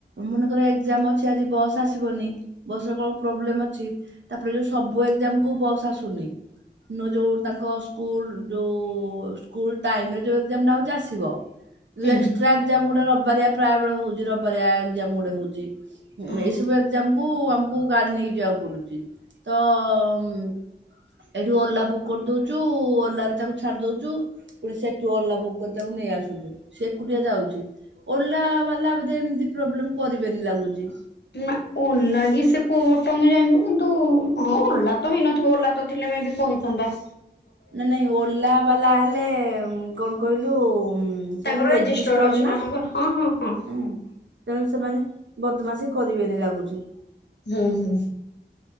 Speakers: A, on the right; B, on the left.
A: ମନେକର ଏକ୍ଜାମ ଅଛି ଆଜି ବସ୍ ଆସିବନି ବସରେ କଣ ପ୍ରୋବ୍ଲେମ ଅଛି। ତାପରେ ଯୋଉ ସବୁ ଏକ୍ଜାମ କୁ ବସ ଆସୁନି। ନ ଯୋଉ ତାଙ୍କ ସ୍କୁଲ ଯୋଉ ସ୍କୁଲ ଟାଇମ୍ ରେ ଯୋଉ ଏକ୍ଜାମ ହଉଚି ଆସିବ ଯଉ
B: ହୁଁ
A: ଏକ୍ସଟ୍ରା
B: ହୁଁ।
A: ଏକ୍ଜାମ ଗୁଡ଼ା ରବିବାରିଆ ପ୍ରାୟ ବେଳେ ହଉଛି। ରବିବାରିଆ ଏକ୍ଜାମ ଗୁଡ଼ା ହଉଛି
B: ହଁ।
A: ଏସବୁ ଏକ୍ଜାମ କୁ ଆମକୁ ଗାଡ଼ି ନେଇକି ଯିବାକୁ ପଡୁଛି ତ ଉଁ ଏଇଠୁ ଓଲା ବୁକ୍ କରିଦଉଛୁ ଓଲାରେ ତାକୁ ଛାଡି ଦଉଛୁ। ପୁଣି ସେଠୁ ଓଲା ବୁକ୍ କରି ତାକୁ ନେଇ ଆସୁଛୁ ସେ ଏକୁଟିଆ ଯାଉଛି। ଓଲା ବାଲା ବୋଧେ ଏମିତି ପ୍ରୋବ୍ଲେମ କରିବେନି ଲାଗୁଛି।
B: ନା ଓଲା ସେ କୋଟ ମୁଁ ଜାଣିନି କିନ୍ତୁ ହଁ ଓଲା ତ ହେଇନଥିବ ଓଲା ତ ଥିଲେ ମେ ବି କହି ସନ୍ଦା।
A: ନାଇଁ ନାଇଁ ଓଲା ବାଲା ହେଲେ କଣ କହିଲୁ
B: ତାଙ୍କର
A: ତାର ରେଜିଷ୍ଟର
B: ରେଜିଷ୍ଟର୍ଡ ଅଛି
A: ନାଁ,
B: ନା ନମ୍ବର ହଁ ହଁ ହଁ।
A: ହୁଁ ତେଣୁ ସେମାନେ ବଦମାସି କରିବେନି ଲାଗୁଛି।
B: ହୁଁ ହୁଁ